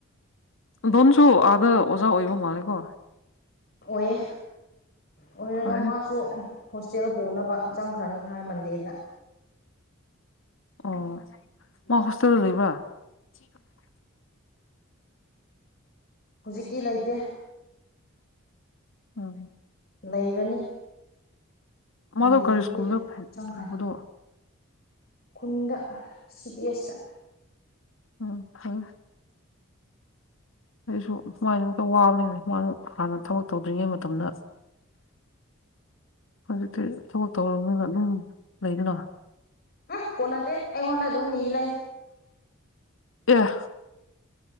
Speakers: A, on the left; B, on the left.
A: ꯑꯗꯨꯝꯁꯨ ꯑꯥꯗ ꯑꯣꯖꯥ ꯑꯣꯏꯕ ꯃꯥꯜꯂꯦꯀꯣ
B: ꯑꯣꯏꯌꯦ ꯑꯣꯏꯔꯒ
A: ꯐꯔꯦ
B: ꯃꯥꯁꯨ ꯍꯣꯁꯇꯦꯜ ꯄꯨꯅꯕ ꯆꯪꯈ꯭ꯔꯅꯤ ꯍꯥꯏ ꯃꯟꯗꯦꯗ
A: ꯑꯣ ꯃꯥ ꯍꯣꯁꯇꯦꯜꯗ ꯂꯩꯕꯔꯥ ꯊ <unintelligible>
B: ꯍꯧꯖꯤꯛꯇꯤ ꯂꯩꯇꯦ
A: ꯑꯣ
B: ꯂꯩꯔꯅꯤ ꯃꯟꯗꯦꯗꯒꯤ
A: ꯃꯥꯗꯣ ꯀꯔꯤ ꯁ꯭ꯀꯨꯜꯗ ꯄꯨꯕꯗꯣ
B: ꯆꯡꯈꯔꯅꯤ ꯈꯨꯟꯗ ꯁꯤꯇꯤꯁꯇ
A: ꯎꯝ ꯐꯩꯌꯦ ꯑꯩꯁꯨ ꯃꯥꯏꯅ ꯑꯝꯇ ꯋꯥꯕꯅꯤꯅ ꯃꯥꯅ ꯍꯥꯟꯅ ꯊꯕꯛ ꯇꯧꯗ꯭ꯔꯤꯉꯩ ꯃꯇꯝꯗ ꯍꯧꯖꯤꯛꯇꯤ ꯊꯕꯛ ꯇꯧꯔꯕꯅꯤꯅ ꯑꯗꯨꯝ ꯂꯩꯗꯅ
B: ꯎꯝ ꯀꯣꯟꯅꯗꯦ ꯑꯩꯉꯣꯟꯗ ꯑꯗꯨꯝ ꯅꯤ ꯂꯩ
A: ꯑꯦ